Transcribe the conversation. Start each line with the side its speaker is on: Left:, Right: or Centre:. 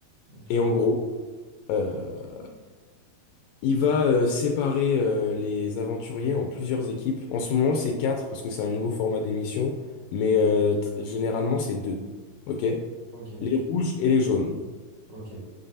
Right: Ok,
Left: Et en gros, Euh, il va euh, séparer euh, les aventuriers en plusieurs équipes. En ce moment, c'est quatre parce que c'est un nouveau format d'émission, mais euh, tr- généralement, c'est deux. OK?
Right: ok,
Left: Les rouges et les jaunes.
Right: ok.